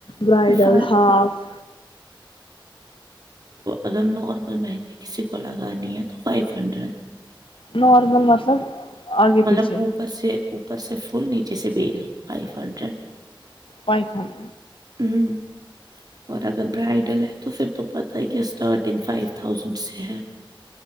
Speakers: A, on the left; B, on the right.
A: وائڈل
B: فائیو
A: ہاف
B: اگر نارمل مہندی کسی کو لگانی ہے تو فائیو ہنڈریڈ
A: نارمل مطلب آگے
B: مطلب
A: پیچھے
B: اوپر سے پر سے فل نیچے سے بیل فائیو ہنڈریڈ
A: پائیخنڈ
B: ہوں اور اگر برائڈل ہے تو پھر تو پت ہی کیا اسٹارٹ ٹ فائیو تھاؤزینڈ سے ہے